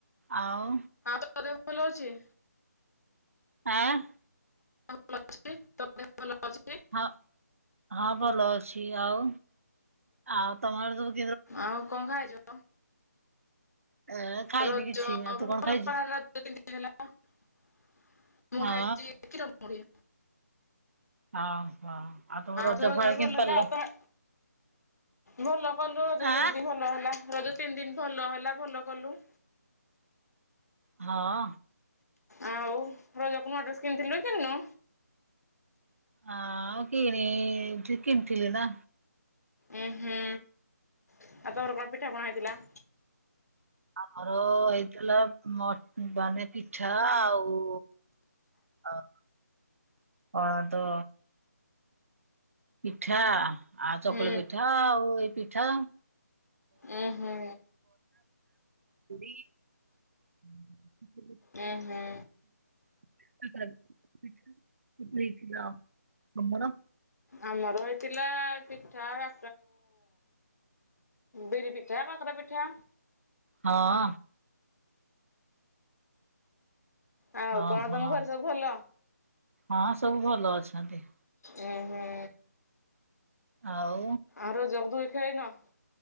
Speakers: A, on the right; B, on the left.
A: ଆଉ?
B: ଆଉ ତୋ ଦେହ ଭଲ ଅଛି?
A: ଆଁ?
B: ଭଲ ଅଛି, ତୋ ଦେହ ଭଲ ଅଛି କି?
A: ହଁ, ହଁ, ଭଲ ଅଛି, ଆଉ ଆଉ ତମର ଯୋଉ
B: ଆଉ କଣ ଖାଇଛ?
A: ଏ ଖାଇନି
B: ରଜ
A: କିଛି ଆଉ ତୁ
B: ଭଲ
A: କଣ ଖାଇଛୁ?
B: <unintelligible> ରଜ ତିନ ଦିନ ହେଲା, <unintelligible> ମୁଁ
A: ହଁ
B: ଖାଇଛି କ୍ଷୀର ମୁଢ଼ି।
A: ହଁ, ହଁ, ଆଉ ତମ ରଜ
B: ତୋର
A: ଘରେ
B: ଭଲ
A: କେମିତି ପଳିଲ?
B: ହେଲା ଆଉ ତମେ ଭଲ କଲୁ ରଜ
A: ଆଁ
B: ତିନି ଦିନ ଭଲ ହେଲା, ରଜ ତିନି ଦିନ ଭଲ ହେଲା ଭଲ କଲୁ।
A: ହଁ।
B: ଆଉ ରଜକୁ ନୂଆ ଡ୍ରେସ୍ କିଣିଥିଲୁ କି କିଣିନୁ?
A: ଆଉ କିଣି କିଣିଥିଲି ନା।
B: ଉୁଁ ହୁଁ, ଆଉ ତୋମର କଣ ପିଠା ପଣା ହେଇଥିଲା?
A: ଆମର ହେଇଥିଲା ମ ମାନେ ପିଠା ଆଉ ଅଁ କଣ ତ? ପିଠା ଆଉ ଚକୁଳି
B: ହୁଁ
A: ପିଠା ଆଉ ଏଇ ପିଠା।
B: ଉଁ ହୁଁ
A: <inaudible>
B: ଉଁ ହୁଁ
A: <inaudible>
B: ଆମର ହେଇଥିଲା ପିଠା <inaudible> ବିରି ପିଠା, କାକରା ପିଠା।
A: ହଁ।
B: ଆଉ
A: ଓହୋଃ,
B: କଣ ତମ ଘରେ ସବୁ ଭଲ?
A: ହଁ ସବୁ ଭଲ ଅଛନ୍ତି।
B: ଉଁ ହୁଁ।
A: ଆଉ?
B: ଆଉ ରଜକୁ ଦୂଳି ଖେଳିିନ?